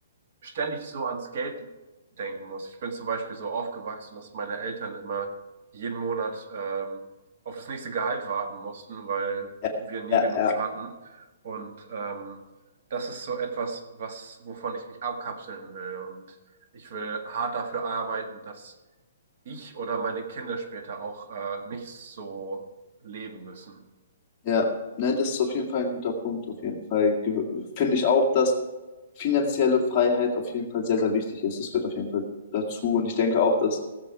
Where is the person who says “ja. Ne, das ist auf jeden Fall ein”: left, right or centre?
Left